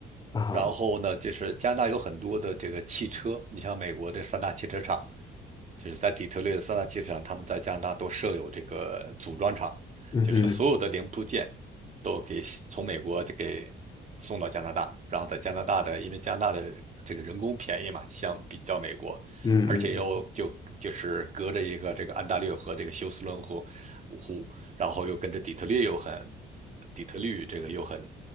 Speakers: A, on the left; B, on the right.
A: 啊啊！
B: 然后呢，就是加拿大有很多的这个汽车，你像美国的三大汽车厂，就是在底特律的三大汽车厂，他们在加拿大都设有这个组装厂，
A: 嗯哼，
B: 就是所有的零部件都给从美国就给送到加拿大，然后在加拿大的，因为加拿大的这个人工便宜嘛，相比较美国，
A: 嗯嗯
B: 而且又就就是隔着一个这个安大略和这个休斯敦湖湖，然后又跟着底特律又很，底特律这个又很